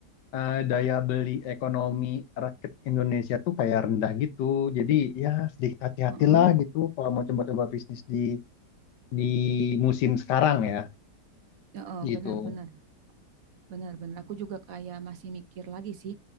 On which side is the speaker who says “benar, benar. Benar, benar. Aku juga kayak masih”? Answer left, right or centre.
Right